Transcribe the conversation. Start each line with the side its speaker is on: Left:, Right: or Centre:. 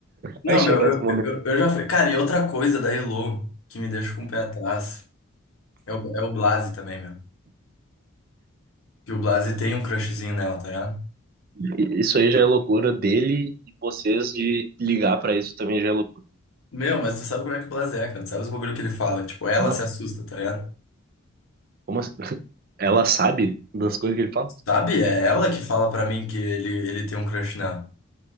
Left: Não,
Right: Vai chegar
Left: meu, eu,
Right: esse momento.
Left: eu, eu eu já fui. Cara, e outra coisa da Elo que me deixa com o pé atrás é o, é o Blase também, meu. Que o Blase tem um crushzinho nela, tá ligado?
Right: E- Isso aí já é loucura dele e vocês de ligar pra isso também já é loucura.
Left: Meu, mas tu sabe como é que o Blase é, cara. Tu sabe os bagulho que ele fala. Tipo, ela
Right: Não,
Left: se assusta, tá ligado?
Right: como assim? <laughs> Ela sabe das coisas que ele fala?
Left: Sabe? É ela que fala pra mim que ele, ele tem um crush nela.